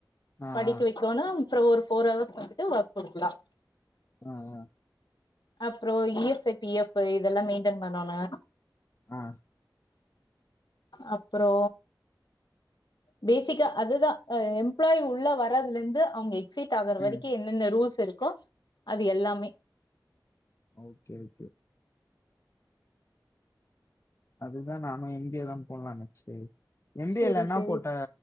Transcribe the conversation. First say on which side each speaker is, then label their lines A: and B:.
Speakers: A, on the left (about 35°); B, on the left (about 70°).
A: ஆ
B: படிக்க
A: ஆ
B: வைக்கோணும் அப்றோ ஒரு ஃபோர் அவர்ஸ் வந்துட்டு ஒர்க் குடுக்கலா
A: ஆ ஆ
B: அப்றோ இ எஸ் எஃப் பி எ ஃபைல் இதெல்லா மெயின்டென் பண்ணனு
A: நா
B: அப்றோ பேசிக்கா அதுதா அ எம்ப்ளாயி உள்ள வரதுலருந்து அவுங்க எக் க்ஸிட் ஆகுர வரைக்கு
A: ம்
B: என்னென்ன ரூல்ஸ் இருக்கோ அது எல்லாமே
A: ஓகே ஓகே அதுதா நானு எங்கயோதா போட்லானு நெனச்சுட் எம் பி‌
B: செரி
A: எல் லன்னா
B: செரி
A: போட்ட